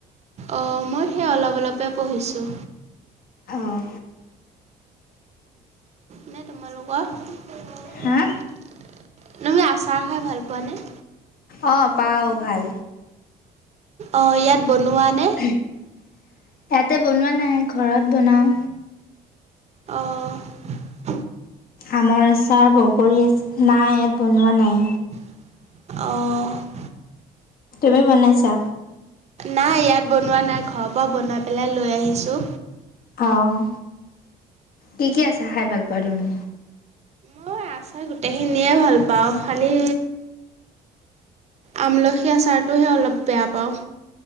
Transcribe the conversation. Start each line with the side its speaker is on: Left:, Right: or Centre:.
Right: অঁ' মই সেই অলপ অলপ কে পঢ়িছোঁ।
Left: অঁ
Right: মানে তোমালোকৰ। তুমি
Left: হা
Right: আচাৰ খাই ভাল পোৱা নে?
Left: অঁ' পাওঁ ভাল।
Right: অ' ইয়াত বনোৱা নে?
Left: ইয়াতে বনোৱা নাই ঘৰত বনাওঁ।
Right: অহ'।
Left: আমৰ আচাৰ বগৰী, নাই ইয়াত বনোৱা নাই।
Right: অঁ।
Left: তুমি বনাইছা?
Right: নাই ইয়াত বনোৱা নাই, ঘৰৰ পৰা বনাই পেলাই লৈ আহিছোঁ।
Left: অঁ' কি কি আচাৰ খাই ভাল পোৱা তুমি?
Right: মই আচাৰ গোটেইখিনিয়ে ভাল পাওঁ খালী আমলখিৰ আচাৰটোহে অলপ বেয়া পাওঁ।